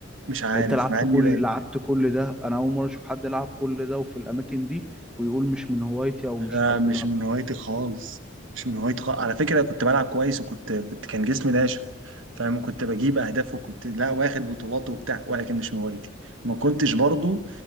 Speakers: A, on the right; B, in the centre.
A: مش عارف
B: انت لعبت
A: مع اني
B: كل
A: باين
B: لعبت كل ده انا اول مرة اشوف حد لعب كل ده وفي الاماكن دي ويقول مش من هوايتي او مش
A: لا
B: الحاجات
A: مش
B: اللي انا
A: من
B: بحبها
A: هوايتي خالص مش من هوايتي خالص على فكرة كنت بلعب كويس وكنت كنت كان جسمي ناشف فاهم كنت بجيب اهداف وكنت لا واخد بطولات وبتاع ولكن مش من هوايتي ما كنتش برضو